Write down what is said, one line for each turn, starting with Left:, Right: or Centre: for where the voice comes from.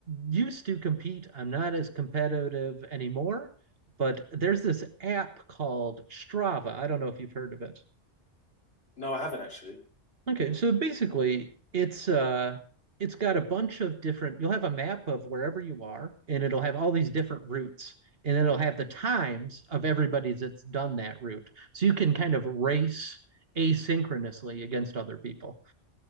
Right: used to compete. I'm not as competitive anymore, but there's this app called Strava. I don't know if you've heard of it.
Left: No, I haven't actually.
Right: Okay, so basically it's uh it's got a bunch of different you'll have a map of wherever you are and it'll have all these different routes and it'll have the times of everybody that's done that route. So you can kind of race asynchronously against other people.